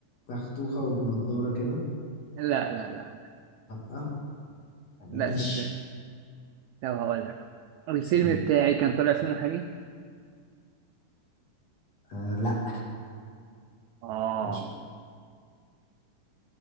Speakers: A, on the left; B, on the right.
A: تختوخه وبنضاره كده
B: لا لا لا
A: لا عيني
B: لا
A: ماشي
B: صدقني لو هقول لك الفيلم
A: بس يعني-
B: بتاعي كان طالع فيه محامي
A: آه لا
B: اه
A: مش